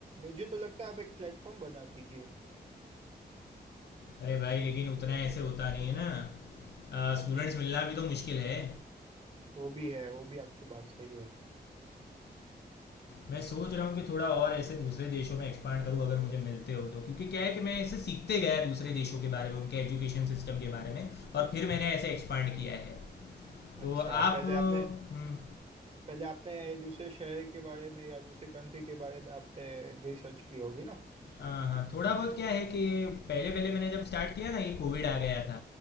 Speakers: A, on the right; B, on the left.
A: मुझे तो लगता है आप एक प्लेटफॉर्म बना दीजिए
B: अरे भाई लेकिन उतना ऐसे होता नहीं है ना
A: अच्छा
B: स्टूडेंट्स मिलना भी तो मुश्किल है
A: वो भी है वो भी आपकी बात सही है
B: मैं सोच रहा हूँ कि थोड़ा और ऐसे दूसरे देशों में एक्सपांड करूँ अगर मुझे मिलते हो तो क्योंकि क्या है कि मैं ऐसे सीखते गया दूसरे देशों के बारे में उनके एजुकेशन सिस्टम के बारे में और फिर मैंने ऐसे एक्सपांड किया है तो
A: अच्छा
B: आप
A: पहले
B: हम्म,
A: आपने पहले आपने दूसरे शहर के बारे में या दूसरे कंट्री के बारे में आपने रिसर्च की होगी ना
B: हाँ हाँ थोड़ा बहुत क्या है कि पहले पहले मैंने जब स्टार्ट किया ना ये कोविड आ गया था